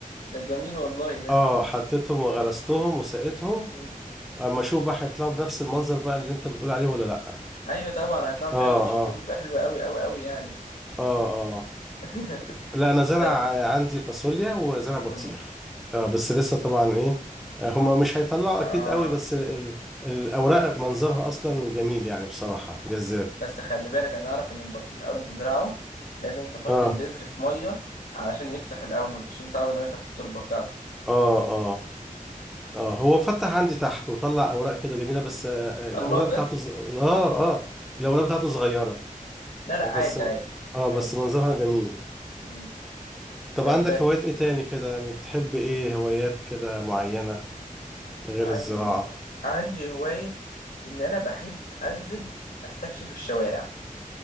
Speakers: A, on the left; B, in the centre.
A: ده جميل والله ده
B: اه حطيتهم وغرستهم وسقيتهم
A: مم.
B: اما اشوف بقى هيطلعوا بنفس المنظر بقى اللي انت بتقول عليه ولا لا
A: ايوه طبعا هيطلعوا كده
B: اه
A: دول شكلهم
B: اه
A: بيبقى حلو قوي قوي قوي يعني
B: اه اه
A: <laughs>
B: لا انا زرع
A: طب
B: عندي فاصوليا وزرع بطيخ
A: مم.
B: آه بس لسه طبعا ايه آه هما مش هيطلعوا
A: اه
B: اكيد قوي بس ال ال الاوراق منظرها اصلا جميل يعني بصراحة جذاب
A: بس خلي بالك انا اعرف ان البطيخ اول ما تزرعه لازم تحط
B: اه
A: البذر في ميه علشان يفتح الاول عشان صعب انه يفتح في التربه بتاعته
B: اه اه اه هو فتح عندي تحت وطلع اوراق كده جميلة بس آه آه، الاوراق
A: الله
B: بتاعته
A: بجد
B: ز... اه اه الاوراق بتاعته صغيرة
A: لا لا
B: آه،
A: عادي
B: بس
A: عادي
B: اه بس
A: عادي
B: منظرها جميل
A: مم.
B: طب
A: طب
B: عندك هوايات ايه تاني كده يعني بتحب ايه هوايات كده معينة غير
A: عندي
B: الزراعة
A: عندي هواية إن أنا بحب أنزل أستكشف الشوارع